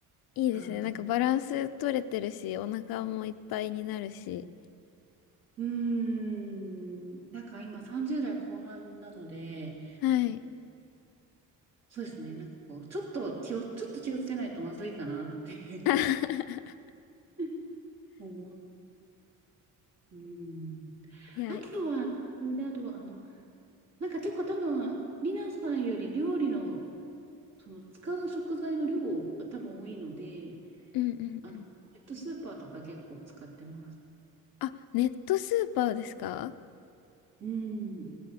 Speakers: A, on the left (about 80°); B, on the right (about 45°).
A: いいですね。
B: 感じ。
A: なんかバランス取れてるし、お腹もいっぱいになるし。
B: うーん、なんか今30代後半なので、
A: はい。
B: そうですね。なんかこう、ちょっと気を、ちょっと気をつけないとまずいかなって
A: <laughs>
B: <laughs> 思う。うん。
A: いや、
B: あとは、それであとは、あの、なんか結構多分、リナさんより料理の、その使う食材の量が多分多いので、
A: うんうんうん。
B: あの、ネットスーパーとか結構使ってます。
A: あ、ネットスーパーですか
B: うん。